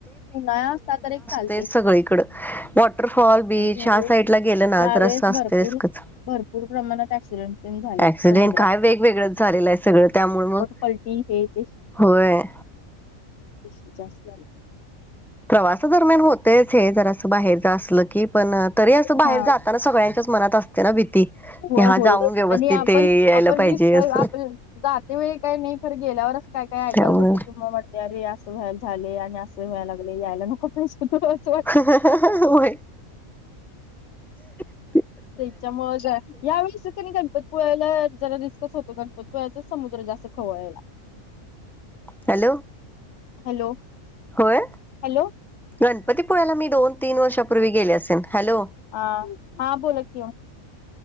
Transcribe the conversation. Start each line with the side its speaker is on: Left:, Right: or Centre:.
Left: उन्हाळा असता तर एक. चालते
Centre: तेच सगळीकड वॉटरफॉल बीच
Left: आणि यावेळेस
Centre: ह्या साईड ला गेलं ना
Left: यावेेळेस
Centre: तर असं असतयच
Left: भरपूर
Centre: खच.
Left: भरपूर प्रमाणात ऍक्सिडेंट तेन झाल्यात
Centre: ऍक्सिडेंट
Left: समुद्रात.
Centre: काय वेगवेगळंच झालेलं आहे सगळं त्यामुळे मग
Left: पलटी हे ते.
Centre: होय.
Left: पिसे जास्त झालेत.
Centre: प्रवासा दरम्यान होतेच हे जर असं बाहेरच असलं की पण तरी अस बाहेर
Left: हा
Centre: जात. तर सगळ्यांच्याच मनात असते ना भीती.
Left: हो
Centre: ह्या
Left: हो,
Centre: जाऊन व्यवस्थित
Left: आणि आपण
Centre: ते यायला
Left: आपण
Centre: पाहिजे
Left: रिस्क आपल.
Centre: असं
Left: जात्या वेळी काय नाही खर गेल्यावरच काय काय ऐकायला
Centre: त्यामुळे
Left: भेटले किंवा वाट''--'' अरे असं व्हायला झाले आणि असं व्हायला लागले यायला नको पाहिजे होतं मग.
Centre: हा हा हा, वय. ह <inaudible>
Left: त्यांच्यामुळे यावेळेस कनय गण''--'' पत पुळला जरा रिस्कच होतो कारण गणंपतीपुळ्याचा समुद्र जास्त खवळलेला.
Centre: हॅलो,
Left: हॅलो,
Centre: होय
Left: हॅलो
Centre: गणपतीपुळ्याला मी दोन तीन वर्षापूर्वी गेले असेल हॅलो.
Left: आ हा बोला कि वो.